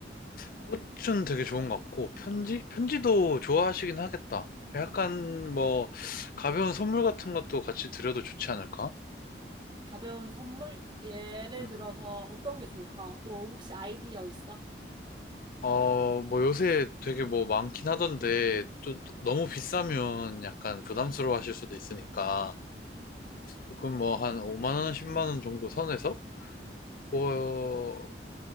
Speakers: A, on the left; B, on the right.
A: 꽃은 되게 좋은 것 같고, 편지? 편지도 좋아하시긴 하겠다. 약간 뭐, 가벼운 선물 같은 것도 같이 드려도 좋지 않을까?
B: 가벼운 선물 예를
A: 음.
B: 들어서 어떤 게 좋을까? 너 혹시 아이디어 있어?
A: 어, 뭐 요새 되게 뭐 많긴 하던데, 또 너무 비싸면 약간 부담스러워 하실 수도 있으니까, 조금 뭐 한 5만 원, 10만 원 정도 선에서, 뭐,